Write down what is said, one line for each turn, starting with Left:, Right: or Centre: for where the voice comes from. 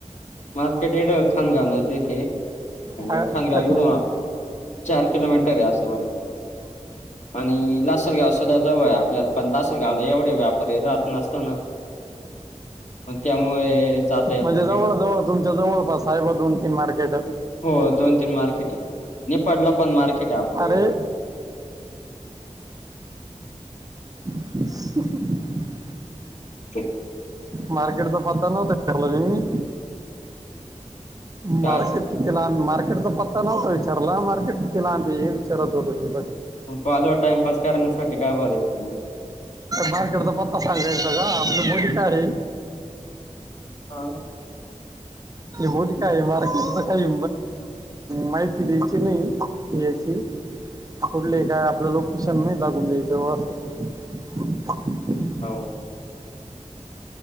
Left: मार्केट एढ छान का नाजे क आणि
Right: काय-
Left: थानगावी
Right: काय-
Left: वरून आत चार किलोमीटर आहे आसान. आणि लासल गाव सुद्धा जवळाय आपल्याला पण लास गावला एवढे व्यापारी राहत नसतो ना त्यामुळे जाता येत
Right: म्हणजे
Left: नाही
Right: जवळ
Left: तिथं.
Right: जवळ तुमच्या जवळपास साहेब दोन तीन मार्केट
Left: हो दोन तीन मार्केट आहे नेपाळला पण मार्केट आहे आपलं
Right: अरे
Left: इडं
Right: <unintelligible>
Left: तर
Right: मार्केटचा पत्ता नव्हत झालो मी
Left: काय?
Right: मारकेट किती लांब मार्केटचा पत्ता नव्हता विचारला मार्केट किती लांबी हे विचारत होतो मी
Left: पाल टाइमपास करण्यासाठी काय बरायचं म
Right: बार्केडचा पत्ता सांगायचा का आपली बली काय रे.
Left: हां.
Right: बट काय मार्केट का अशी माहिती द्यायची नाही याची कुठले काय आपलं लोकेशन नाही लागून द्यायचं असं. ह.
Left: हो.